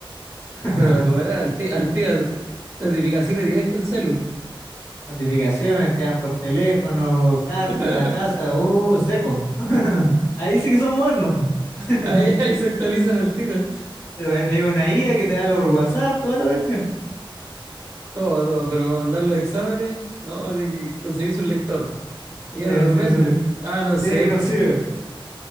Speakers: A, on the left (about 30°); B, on the right (about 30°).
A: <laughs>
B: Ah, pero va a cobrar al ti- al tiro. <laughs> Notificaciones directas al celu.
A: notificaciones, te dan por teléfono, carta
B: <laughs>
A: a la casa, uh, seco. <laughs> Ahí sí que son modernos, po. <laughs>
B: Ahí, ahí se actualizan al tiro.
A: Pero ahí te llega una IA que te habla por WhatsApp, toda la cuestión.
B: Todo, todo, pero para mandar los exámenes, no, tiene que conseguir su lector. Ya
A: Tiene
B: no los
A: que ser
B: venden.
A: su lector.
B: Ah, no
A: Ah, Tiene
B: sé,
A: que ir a un ciber,